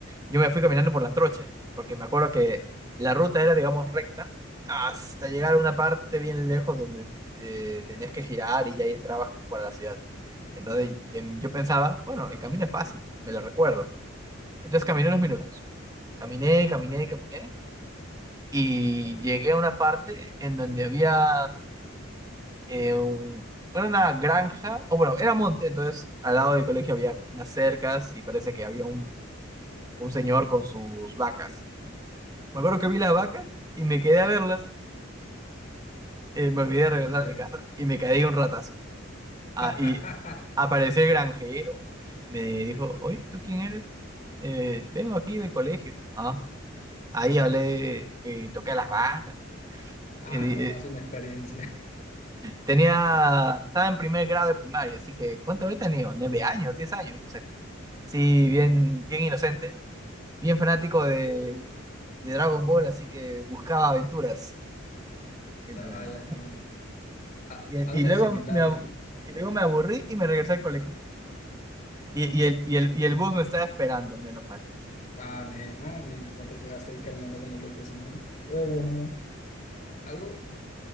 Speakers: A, on the right; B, on the left.
A: Yo me fui caminando por la trocha, porque me acuerdo que la ruta era, digamos, recta, hasta llegar a una parte bien lejos donde eh, tenías que girar y ya ahí entrabas como para la ciudad. Entonces em, yo pensaba, bueno, el camino es fácil, me lo recuerdo. Entonces caminé unos minutos. Caminé, caminé, caminé. Y llegué a una parte en donde había eh, un- era una granja, o bueno, era monte, entonces al lado del colegio había unas cercas y parece que había un, un señor con sus vacas. Me acuerdo que vi las vacas y me quedé a verlas. eh, me olvidé de regresar
B: En serio.
A: a mi casa y me quedé ahí un ratazo. Ah,
B: <laughs>
A: y apareció el granjero. Me dijo, oye, ¿tú quién eres? "Eh, vengo aquí del colegio. Ah, ahí hablé, eh, toqué a las vacas.
B: Ah,
A: Eh,
B: nomás
A: eh,
B: una experiencia.
A: tenía, estaba en primer grado de primaria, así que ¿cuánto habré tenido? Nueve años, diez años, no sé. Sí,
B: Ujú.
A: bien, bien inocente, bien fanático de, de Dragon Ball, así que buscaba aventuras. El-
B: Ay, amigo.
A: <laughs>
B: A-
A: Y,
B: algo
A: y luego
B: similar,
A: me, ab-
B: ¿eh?
A: y luego me aburrí y me regresé al colegio. Y, y el, y, el, y el bus me estaba esperando, menos mal.
B: Amén, amén. No te quedaste ahí caminando como loco, sino. Ay, Dios mío. A- Algo,